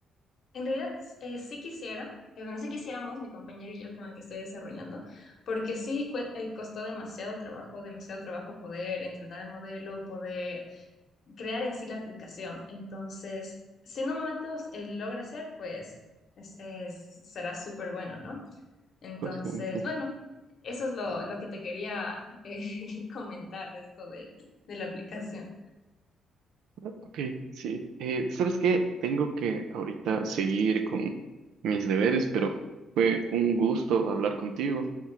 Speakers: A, on the left; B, on the right.
A: En realidad, eh, sí quisiera, eh, bueno, sí quisiéramos, mi compañero y yo con el que estoy desarrollando, porque sí cue- eh, costó demasiado trabajo, demasiado trabajo poder entrenar el modelo, poder crear en sí la aplicación. Entonces, si en un momento eh, logra hacer, pues es- es- será súper bueno, ¿no? Entonces,
B: Pues, que-
A: bueno, eso es lo, lo que te quería eh, <laughs> comentar de esto de de la aplicación.
B: ok, sí. Eh, ¿sabes qué? Tengo que ahorita seguir con mis deberes, pero fue un gusto hablar contigo